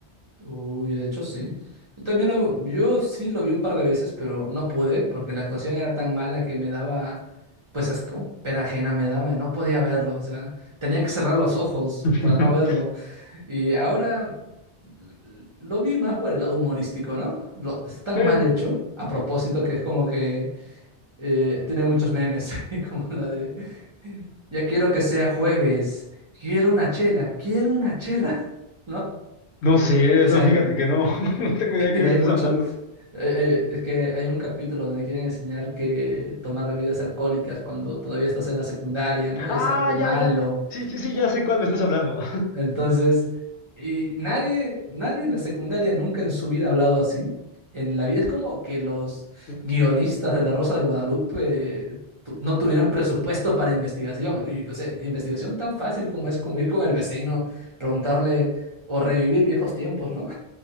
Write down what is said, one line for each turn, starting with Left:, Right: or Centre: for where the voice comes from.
Right: Uy, de hecho sí. Yo también lo, yo sí lo vi un par de veces, pero no pude porque la actuación era tan mala que me daba, pues asco, pena ajena me daba, no podía verlo, o sea, tenía que cerrar los ojos
Left: <laughs>
Right: para no verlo. Y ahora l- lo vi más por el lado humorístico, ¿no? Lo, está tan
Left: Eh,
Right: mal hecho, a propósito, que es como que eh, tiene muchos memes, <laughs> y como la de, ya quiero que sea jueves, quiero una chela, quiero una chela, <laughs> ¿no?
Left: no
Right: Y-
Left: sé,
Right: y- o
Left: eso
Right: sea...
Left: fíjate que no, <laughs> no tengo
Right: <laughs>
Left: idea de
Right: Y
Left: qué me
Right: hay
Left: estás
Right: muchos,
Left: hablando.
Right: eh, eh, es que hay un capítulo donde quieren enseñar que tomar bebidas alcohólicas cuando todavía estás en la secundaria, ¿no?
Left: Ah,
Right: Es algo
Left: ya,
Right: malo.
Left: ya. Sí, sí, sí, ya sé cuál me estás hablando.
Right: Entonces, y nadie, nadie en la secundaria nunca en su vida ha hablado así. En la vida es como que los
Left: <laughs>
Right: guionistas de La Rosa de Guadalupe eh, tu- no tuvieran presupuesto para investigación. Y, O sea, investigación tan fácil como es como ir con el vecino, preguntarle o revivir viejos tiempos, ¿no?